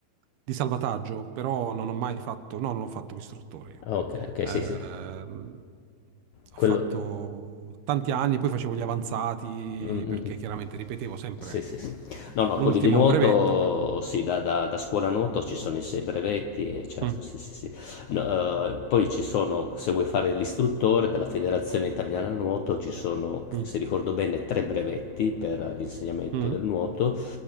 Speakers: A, on the right (about 75°); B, on the left (about 70°).
A: di salvataggio, però non ho mai fatto, no, non ho fatto l'istruttore io.
B: okay, okay,
A: Ehm,
B: sì, sì. Quello
A: ho fatto tanti anni, poi facevo gli avanzati,
B: Mh-mh-mh.
A: perché chiaramente ripetevo sempre
B: Sì, sì, sì. No, no,
A: l'ultimo
B: quelli di nuoto
A: brevetto. quindi-
B: sì, da da da scuola nuoto ci sono i sei brevetti e certo,
A: Mm,
B: sì, sì, sì. No, uhm, poi ci sono, se vuoi fare l'istruttore della Federazione Italiana Nuoto, ci sono, c
A: mm,
B: se ricordo bene, 3 brevetti per l'insegnamento
A: mm.
B: del nuoto